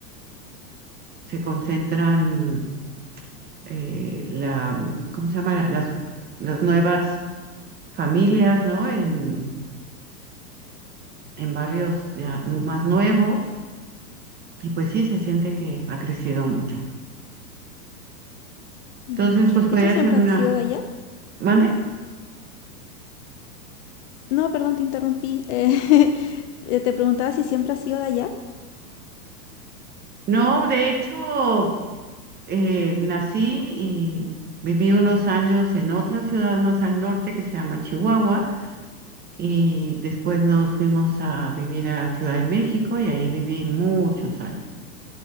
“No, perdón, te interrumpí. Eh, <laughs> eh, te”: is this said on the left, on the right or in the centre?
Left